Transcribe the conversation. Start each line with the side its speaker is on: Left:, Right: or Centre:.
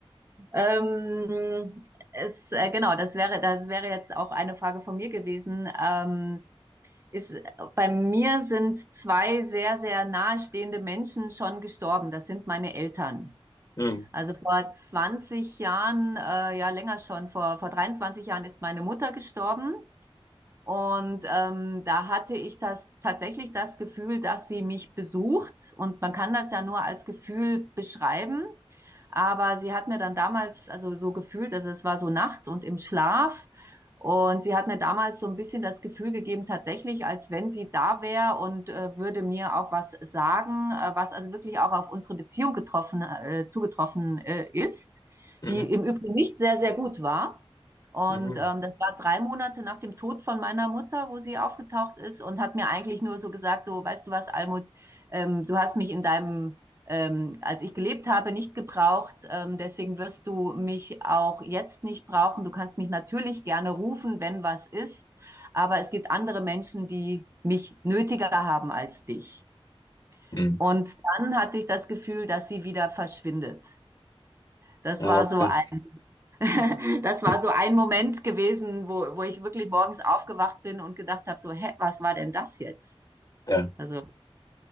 Right: Ähm, es, äh, genau, das wäre, das wäre jetzt auch eine Frage von mir gewesen. Ähm, ist, bei mir sind zwei sehr, sehr nahestehende Menschen schon gestorben. Das sind meine Eltern.
Left: Mhm.
Right: Also vor 20 Jahren, äh, ja länger schon, vor, vor 23 Jahren ist meine Mutter gestorben. Und ähm, da hatte ich das tatsächlich das Gefühl, dass sie mich besucht. Und man kann das ja nur als Gefühl beschreiben. Aber sie hat mir dann damals, also so gefühlt, also es war so nachts und im Schlaf. Und sie hat mir damals so ein bisschen das Gefühl gegeben, tatsächlich, als wenn sie da wäre und äh, würde mir auch was sagen, äh, was also wirklich auch auf unsere Beziehung getroffen, äh, zugetroffen äh, ist,
Left: Mhm.
Right: die im Übrigen nicht sehr, sehr gut war. Und
Left: Mhm.
Right: ähm, das war drei Monate nach dem Tod von meiner Mutter, wo sie aufgetaucht ist und hat mir eigentlich nur so gesagt, so, weißt du was, Almut, ähm, du hast mich in deinem, ähm, als ich gelebt habe, nicht gebraucht. Ähm, deswegen wirst du mich auch jetzt nicht brauchen. Du kannst mich natürlich gerne rufen, wenn was ist. Aber es gibt andere Menschen, die mich nötiger haben als dich.
Left: Mhm.
Right: Und dann hatte ich das Gefühl, dass sie wieder verschwindet. Das
Left: Ja,
Right: war
Left: okay.
Right: so ein <laughs> Das war
Left: <laughs>
Right: so ein Moment gewesen, wo, wo ich wirklich morgens aufgewacht bin und gedacht habe, so, hä, was war denn das jetzt?
Left: Ja.
Right: Also,